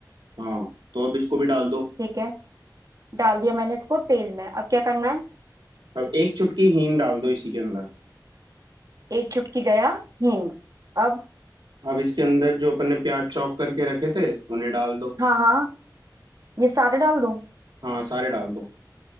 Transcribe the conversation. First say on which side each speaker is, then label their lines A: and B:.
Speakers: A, on the right (about 80°); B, on the right (about 50°).
A: हाँ तो अब इसको भी डाल दो
B: ठीक है डाल दिया मैंने इसको तेल में अब क्या करना है
A: अब एक चुटकी हींग डाल दो इसी के अंदर
B: एक चुटकी गया हींग अब
A: अब इसके अंदर जो अपन ने प्याज चॉप करके रखे थे उन्हें डाल दो
B: हाँ हाँ ये सारे डाल दूं
A: हाँ सारे डाल दो